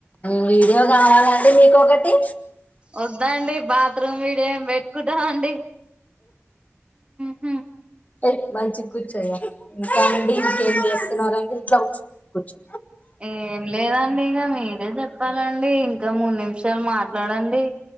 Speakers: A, on the left; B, on the right.
A: వీడియోకావాలా అంటే మీకొత్ ఒకటీ
B: వద్దా అండి బాత్రూమ్ వీడియో ఏమ్ పెట్కుంటరాండి ఉ
A: ఎ మంచిగ గుర్చో రా ఇంకాండి ఇంకేం చేస్తున్నారండి ఇట్లగూచ్చో గూర్చో
B: ఏం లేదండి ఇగ మీరే చెప్పాల ప్లేన్ ఇంకా మూడు నిమిషాలు మాట్లాడలి